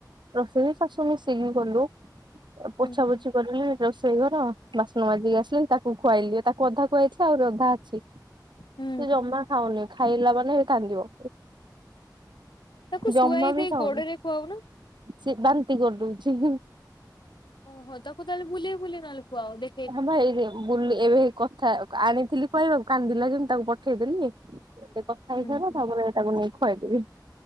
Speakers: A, on the right; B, on the left.
A: ରୋଷେଇ ଶାଶୁ ମିଶିକି କଲୁ।
B: ହୁଁ
A: ପୋଛା
B: ହୁଁ।
A: ପୋଛି କରିଲୁ। ରୋଷେଇ ଘର, ବାସନ ମାଜିକି ଆସିଲି। ତାକୁ ଖୁଆଇଲି। ତାକୁ ଅଧା ଖୁଆଇଛି ଆଉ ଅଧା ଅଛି। ସେ
B: ହୁଁ
A: ଜମା ଖାଉନି। ଖାଇଲା ମାନେ କାନ୍ଦିବ।
B: ତାକୁ
A: ଜମା
B: ଶୁଆଇ
A: ବି
B: ଦେଇ
A: ଖାଉନି
B: ଗୋଡରେ ଖୁଆଉନ।
A: ସେ ବାନ୍ତି କରିଦଉଛି।
B: ଓହୋ ତାକୁ ତାହେଲେ ବୁଲେଇ ବୁଲେଇ ନହେଲେ ଖୁଆଅ ଦେ
A: <unintelligible> ବୁଲି ଏବେ କଥା ଆଣିଥିଲି କହିବାକୁ କାନ୍ଦିଲା ଯେ ମୁଁ ତାକୁ ପଠେଇଦେଲି ଗୋଟେ କ ଖାଇସାର
B: ହୁଁ ହୁଁ
A: ତାପରେ ଏଇଟାକୁ ନେଇ ଖୁଆଇଦେବି।